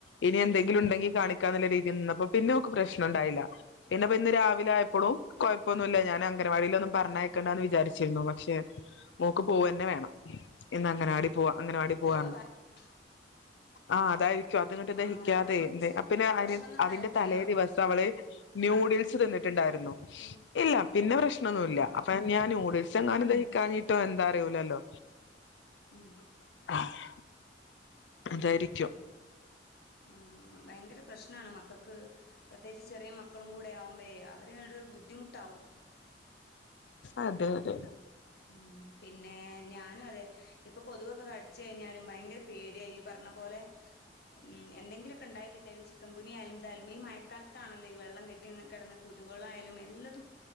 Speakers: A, on the left (about 75°); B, on the left (about 60°).
A: ഇനി എന്തെങ്കിലും ഉണ്ടെങ്കി കാണി ക്കാന്ന്ല്ലേ രീതിയിൽ നിന്നപ്പം പിന്നെ ഓക്ക് പ്രശ്നം ഇണ്ടായില്ല പിന്നെപ്പം ഇന്ന് രാവിലായപ്പളും കൊഴപ്പന്നുല്ല ഞാൻ അംഗൻവാടിലോന്നും പറഞ്ഞയക്കണ്ടാന്ന് വിചാരിച്ചിരുന്നു പക്ഷെ മോക്ക് പോവന്നെ വേണം ഇന്ന് അങ്കൻവാടി പോവാ അംഗനവാടി പോവാറഞ്ഞു.
B: ആഹ്
A: ആഹ് അതായിരിക്കും അതിങ്ങിട്ട് ദെഹിക്കാതെ
B: അങ്ങനെ പറഞ്ഞു വെച്ച്
A: ന്തേ പിന്നെ അതിന്
B: പ്രശ്നൊന്നും ഉണ്ടായിരുന്നില്ലല്ലോ
A: അതിന്റെ തലേ ദിവസം അവള് ന്യൂടി തിരിച്ചു തന്നിട്ട്ണ്ടാര് ന്നു
B: ഉം
A: ഇല്ല പിന്നെ പ്രശ്നൊന്നുല്ല
B: ആഹ്
A: അപ്പ ഞാൻ ന്യൂടിൽസ് ച്ച ങ്ങാനും ദഹിക്കാഞ്ഞിട്ടോ എന്താ അറിയൂലല്ലോ
B: ഉം
A: ആഹ് അതായിരിക്കും
B: ആഹ് ഭയങ്കര പ്രശ് നാണ് മക്കൾക്ക് പ്രത്യേകിച്ച് ചെറിയ മക്കളും കൂടെ ആവുമ്പോഴേ അവര്ങ്ങട്ട് ബു ബുദ്ധിമുട്ടാവും
A: അതെ അതെ
B: ഉം പിന്നെ ഞാ നും അതെ ഇപ്പൊ കൊതുവ ഒക്കെ കടിച്ച് കഴിഞ്ഞാലും ഭയങ്കര പേടിയാ ഇയ്യ് പറഞ്ഞ പോലെ ഉം എന്തെങ്കിലൊക്കെ ഉണ്ടായി കിട്ടിയ ചിക്കൻകുനിയ ആയാലും ഈ മഴ ക്കാലത്താണല്ലോ ഈ വെള്ളം കെട്ടി കിടന്ന കൊതുകുകളായാലും എല്ലതും